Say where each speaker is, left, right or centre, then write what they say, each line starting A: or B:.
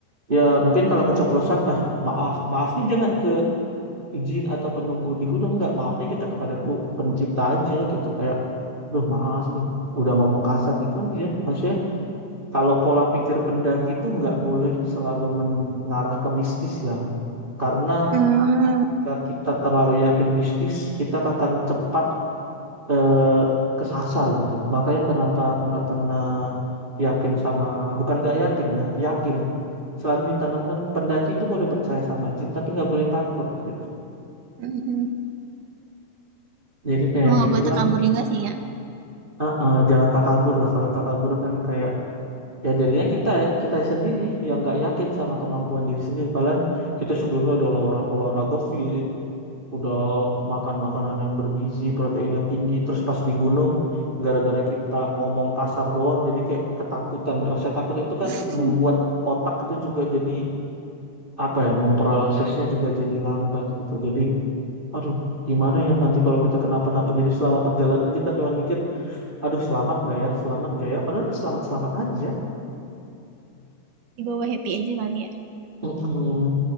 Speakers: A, on the right; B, on the right.
A: Ya mungkin kalau keceplosan, ah maaf, maafnya jangan ke izin atau penunggu di gunung nggak maafnya kita kepada tuh pencipta aja gitu kayak aduh maaf nih udah ngomong kasar gitu aja maksudnya kalau pola pikir pendaki itu nggak boleh selalu mengarah ke mistis ya karena
B: Hmm.
A: ketika kita terlalu yakin mistis kita akan cepat eh, kesasar gitu makanya kenapa aku nggak pernah yakin sama bukan nggak yakin ya yakin selalu ditanamkan pendaki itu boleh percaya sama jin tapi nggak boleh takut gitu
B: Mm-mm.
A: jadi kayak
B: Emang nggak
A: gitulah
B: boleh takabur juga sih ya
A: Heeh, jangan takabur lah. Kalau takabur kan kayak ya jadinya kita kita sendiri yang nggak yakin sama kemampuan diri sendiri. Padahal kita sebelumnya udah olah- olahraga fit, udah makan makanan yang bergizi, proteinnya tinggi. Terus pas di gunung, gara-gara kita ngomong kasar doang, jadi kayak ketakutan. Rasa takut itu kan
B: <laughs>
A: membuat otak itu juga jadi apa ya, memprosesnya juga jadi lambat gitu. Jadi, aduh, gimana ya nanti kalau kita kenapa-napa. Jadi selama perjalanan kita cuma mikir aduh selamat nggak ya selamat nggak ya padahal mah selamat selamat aja
B: dibawa happy aja kali ya
A: Mm-mm.